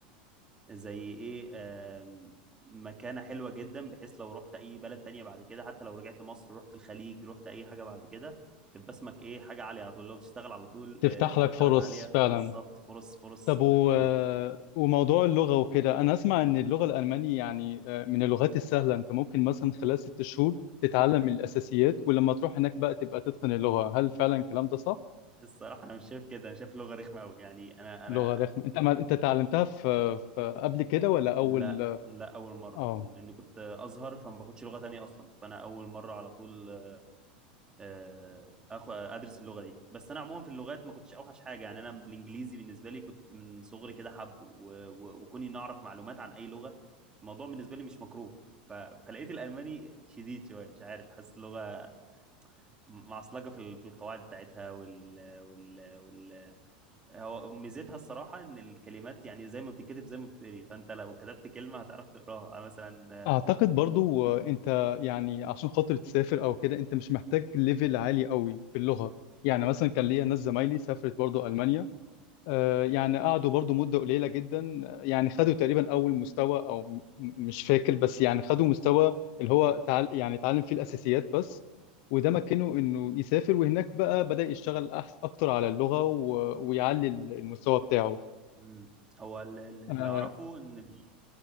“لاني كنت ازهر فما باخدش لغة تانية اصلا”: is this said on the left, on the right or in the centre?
Right